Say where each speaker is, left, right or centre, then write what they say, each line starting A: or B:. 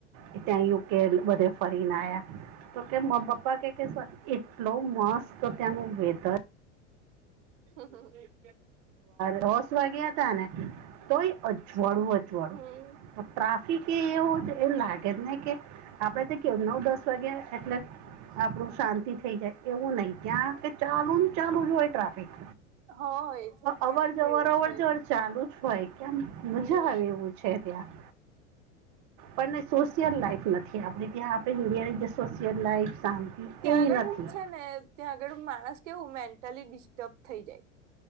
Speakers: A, on the right; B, on the right.
A: જ ત્યાં યુકે બધે ફરીને આવ્યા તો કે પા કે એટલો મસ્ત ત્યાંનું વેધર
B: હા હા
A: દસ વાગ્યા હતા ને તોય અજવાળું અજવાળું.
B: હમ
A: ટ્રાફિક એ એવું એમ લાગે જ ને કે આપડે તો કેવું નવ દસ વાગે એટલે આપણું શાંતિ થઈ જાય એવું નહી ત્યાં ચાલુ ચાલુ જ હોય ટ્રાફિક.
B: હોય તો ત્યાં
A: અવર જવર
B: તો એવું
A: અવર
B: જ હોય
A: જવર ચાલુ જ હોય કેમ
B: હમ.
A: મજા આવે એવું છે. છે ત્યાં. પણ સોશિયલ લાઈફ નથી આપડ ત્યાં આપે ઇન્ડિયાની જે સોશિયલ લાઈફ
B: ત્યાં
A: એવી
B: આગળ
A: નથી
B: છે ને ત્યાં આગળ માણસ કેવું મેન્ટલી ડિસ્ટર્બ થઈ જાય.